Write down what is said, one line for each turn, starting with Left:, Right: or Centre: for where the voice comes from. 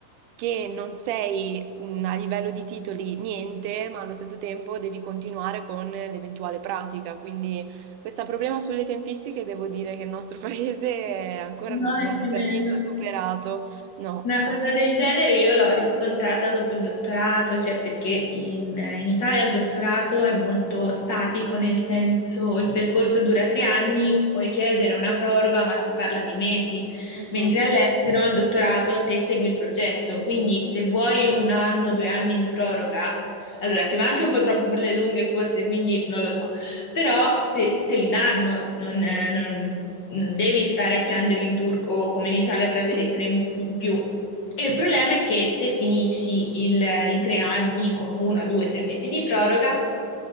Right: che non sei mh, a livello di titoli niente, ma allo stesso tempo devi continuare con l'eventuale pratica. Quindi questo problema sulle tempistiche devo dire che il nostro <laughs> paese ancora
Left: No,
Right: non, non
Left: è tremendo.
Right: l'ha per niente superato. No.
Left: Una cosa del genere io l'ho riscontrata dopo il dottorato, cioè perché in, in Italia il dottorato è molto statico, nel senso il percorso dura tre anni, puoi chiedere una proroga, ma si parla di mesi,
Right: Mhm.
Left: mentre all'estero il dottorato te segui il progetto, quindi se vuoi un anno, due anni di proroga, allora si va anche un po' troppo per le lunghe forse, quindi non lo so. Però se te li danno, non, eh, non- non devi stare a piangere in turco come in Italia per avere
Right: <laughs>
Left: tre mesi in più. E il problema è che te finisci il- i tre anni con una, due, tre mesi di proroga